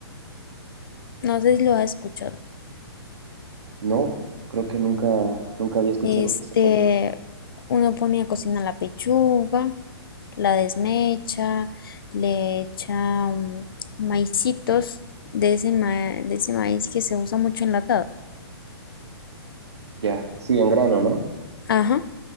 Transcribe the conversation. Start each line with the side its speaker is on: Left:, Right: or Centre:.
Left: No sé si lo has escuchado.
Right: No, creo que nunca, nunca había escuchado
Left: Este,
Right: eso para ti.
Left: uno pone a cocinar la pechuga, la desmecha, le echa mm, maicitos de ese, ma- de ese maíz que se usa mucho enlatado.
Right: Ya, sí, en grano, ¿no?
Left: Ajá.